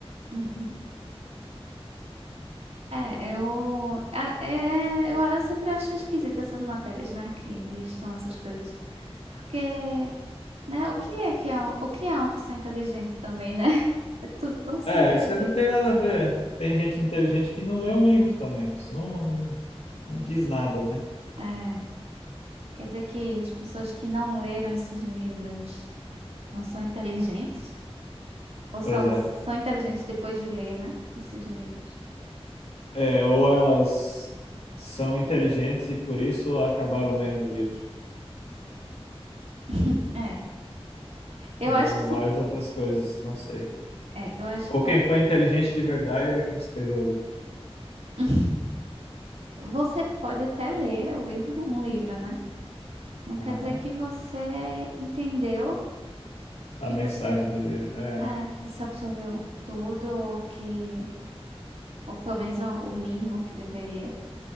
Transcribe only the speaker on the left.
É, isso aí não tem nada a ver. Tem gente inteligente que não lê um livro também. Isso não, não diz nada, né?
Pois é.
É, ou elas são inteligentes e por isso acabaram lendo o livro.
Ou
várias outras coisas, não sei.
Ou
quem foi inteligente de verdade é quem escreveu o livro.
Aham.
A
mensagem
do livro. É.